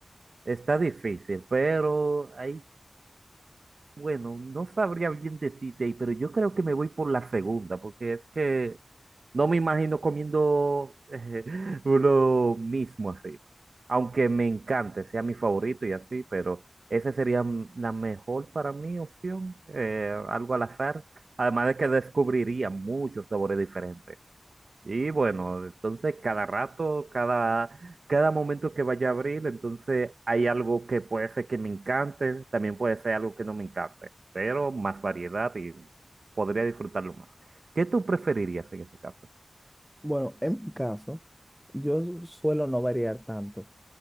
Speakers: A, on the right; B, in the centre.
A: está difícil, pero hay bueno, no sabría bien decirte, pero yo creo que me voy por la segunda, porque es que no me imagino comiendo eh, <laughs> uno mismo así. Aunque me encante, sea mi favorito y así, pero esa sería m- la mejor para mí opción, eh, algo al azar. Además de que descubriría muchos sabores diferentes. Y bueno, entonces cada rato, cada, cada momento que vaya a abrir, entonces hay algo que puede ser que me encante, también puede ser algo que no me encante, pero más variedad y podría disfrutarlo más. ¿Qué tú preferirías en ese caso?
B: Bueno, en mi caso, yo su- suelo no variar tanto,